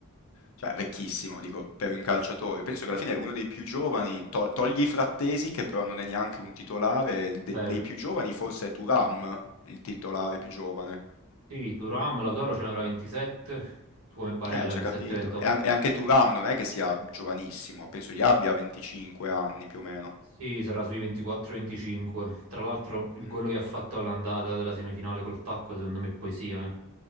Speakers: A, on the left; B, on the right.
A: cioè vecchissimo, dico, per un calciatore. Penso che alla fine è uno dei più giovani, tol- togli i Frattesi, che però non è neanche un titolare, de-
B: vero?
A: dei più giovani forse è Thuram, il titolare più giovane.
B: Sì, Turam, Lautaro ce ne avrà 27, come Barella
A: Eh, ci
B: 27-28.
A: ha capito. E, an- e anche Thuram non è che sia giovanissimo, penso gli abbia 25 anni più o meno.
B: Sì, sarà sui 24-25. Tra l'altro il
A: Mm.
B: gol che ha fatto all'andata della semifinale col tacco secondo me è poesia, eh.